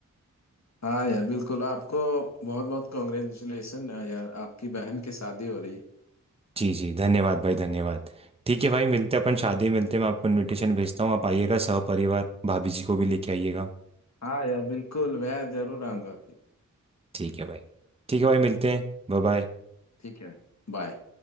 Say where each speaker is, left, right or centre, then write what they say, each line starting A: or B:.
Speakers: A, on the left (about 60°); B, on the right (about 20°).
A: हाँ यार बिल्कुल आपको बहुत बहुत कॉन्ग्रेचुलेसन यार आपकी बहन की शादी हो रही है
B: जी जी धन्यवाद भाई धन्यवाद ठीक है भाई मिलते हैं अपन शादी में मिलते हैं मैं आपको इनविटेशन भेजता हूँ आप आइएगा सहपरिवार भाभी जी को भी लेके आइएगा
A: हाँ यार बिल्कुल मैं जरूर आऊंगा आपके
B: ठीक है भाई ठीक है भाई मिलते हैं Bye
A: ठीक
B: bye
A: ठीक है बाय